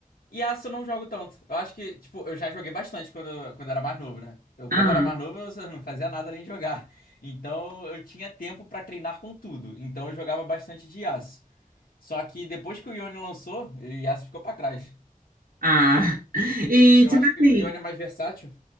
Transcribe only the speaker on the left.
E Yasuo eu não jogo tanto. Eu acho que, tipo, eu já joguei bastante quando, quando era mais novo, né? Eu,
quando era mais novo, eu só não fazia nada além de jogar. Então, eu tinha tempo pra treinar com tudo. Então, eu jogava bastante de Yasuo. Só que depois que o Ione lançou, o Yasuo ficou pra trás.
que eu
acho
que o Ione é mais versátil.